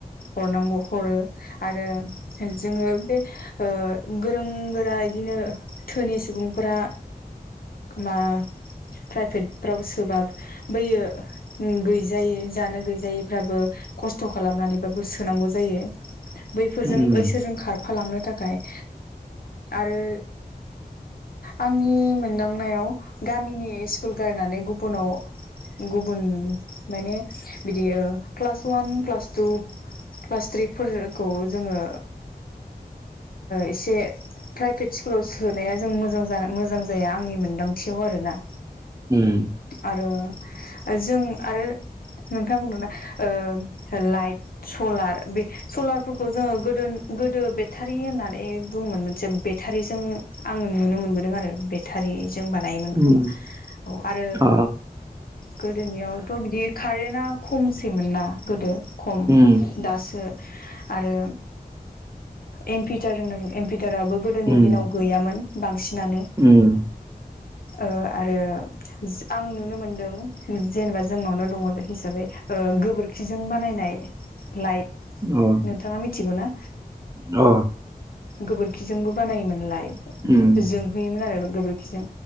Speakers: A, on the left; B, on the right.
A: हरनांगौ हरो। आरो जोङो बे ओ गोरों गोरा इदिनो थोनि सुबुंफोरा मा प्राइभेटफ्राव सोबा बैयो गैजायै जानो गैजायैफ्राबो खस्थ' खालामनानैबाबो सोनांगौ जायो। बैफोरजों
B: उम
A: ओइसोरजों खारफालांनो थाखाय आरो आंनि मोनदांनायाव गामिनि स्कुल गारनानै गुबुनाव गुबुन माने बिदि क्लास वान क्लास टु प्लासट्रिकफोरखौ जोङो एसे प्राइभेट स्कुलाव सोनाया जों मोजां मोजां जाया आंनि मोन्दांथियाव आरो ना।
B: उम।
A: आरो जों आरो नोंथां बुंदोंना ओ लाइट सलार बे सलारफोरखौ जोङो गोदो गोदो बेटारि होननानै बुङोमोन मोनसे बेटारिजों आं नुनो मोनबोदों आरो बेटारि जों बानायोमोन
B: उम
A: खोमा औ आरो
B: अ
A: गोदोनियाव थ' बिदि कारेन्टआ खमसैमोनना गोदो खम
B: उम
A: दासो आरो एम्पिटार होनदों एम्पिटाराबो गोदोनि
B: उम
A: दिनाव गैयामोन बांसिनानो।
B: उम।
A: ओ आरो आं नुनो मोनदों जेनबा जोंनावनो दङ हिसाबै ओ गोबोरखिजों बानायनाय लाइट
B: औ।
A: नोंथाङा मिथिगौ ना?
B: अ।
A: गोबोरखिजोंबो बानायोमोनलाय
B: उम
A: जोंहोयोमोन आरो गोबोरखिजों।